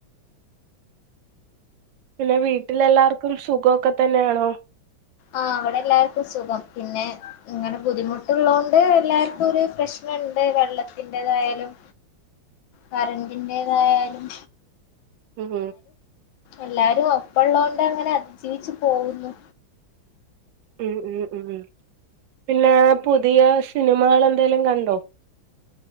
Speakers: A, on the right; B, on the left.
A: പിന്നെ വീട്ടിൽ എല്ലാർക്കും സുഖ ഖൊക്കെ തന്നെയാണോ
B: ആഹ് അവിടെ എല്ലാർക്കും സുഖം, പിന്നെ ഇങ്ങനെ ബുദ്ധിമുട്ടള്ളോണ്ട് എല്ലാക്കും ഒരു പ്രശ്നിണ്ട് വെള്ളത്തിന്റെതായാലും കറന്റിന്റെതായാലും
A: ഉം
B: എല്ലാരും ഒപ്പ ഉള്ളോണ്ട് അങ്ങനെ അതിജീവിച്ചു പോവുന്നു
A: ഉം ഉം ഉം പിന്നെ പുതിയ സിനിമകൾ എന്തേലും കണ്ടോ?